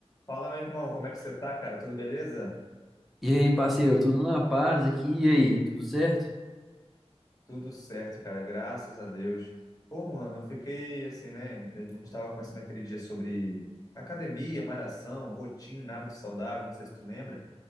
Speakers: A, on the left (about 30°); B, in the centre.
A: Fala, meu irmão, como é que você tá, cara? Tudo beleza?
B: E aí, parceiro, tudo na paz aqui? E aí, tudo certo?
A: Tudo certo, cara, graças a Deus. Pô, mano, eu fiquei assim, né? A gente tava conversando aquele dia sobre academia, malhação, rotina, hábito saudável, não sei se tu lembra.